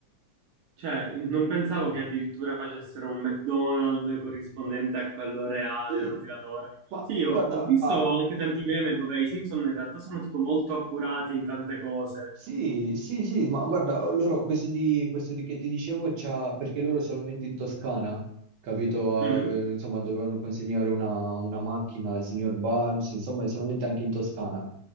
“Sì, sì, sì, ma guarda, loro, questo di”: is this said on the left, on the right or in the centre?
Right